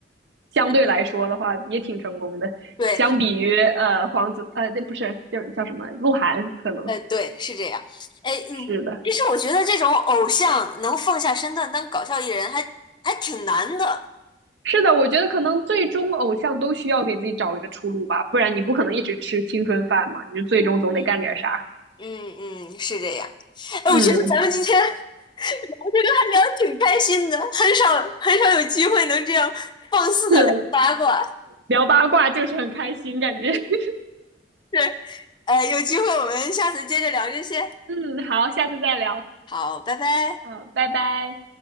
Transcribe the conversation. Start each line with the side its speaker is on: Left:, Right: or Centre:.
Right: 相对来说的话也挺成功的，
Left: 嗯，对，
Right: 相比于呃黄子呃那不是叫叫什么鹿晗，可能
Left: 呃，对，是这样。哎，嗯，
Right: 是的，
Left: 其实我觉得这种偶像能放下身段当搞笑艺人还还挺难的。
Right: 是的，我觉得可能最终偶像都需要给自己找一个出路吧，不然你不可能一直吃青春饭嘛，你就最终总得干点啥。
Left: 嗯嗯嗯，是这样。哎，
Right: 嗯，
Left: 我觉得咱们今天聊这个还聊得挺开心的，很少很少有机会能这样放肆的聊八卦。
Right: 是的，聊八卦就是很开心，感觉。<laughs>
Left: 对，呃，有机会我们下次接着聊这些。
Right: 嗯，好，下次再聊。
Left: 好，拜拜。
Right: 好，拜拜。